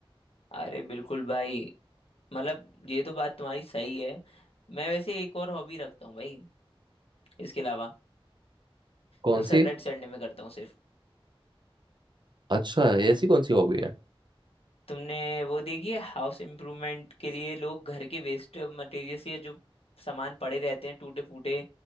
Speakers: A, on the left; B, on the right.
A: अरे बिल्कुल भाई मतलब ये तो बात तुम्हारी सही है मैं वैसे एक और हॉबी रखता हूँ भाई इसके अलावा
B: कौन
A: जो सैटरडे
B: सी
A: संडे में करता हूँ सिर्फ
B: अच्छा ऐसी कौन सी हॉबी है
A: तुमने वो देखी है हाउस इम्प्रूवमेंट के लिए लोग घर के वेस्ट मटेरियल्स या जो सामान पड़े रहते हैं टूटे फूटे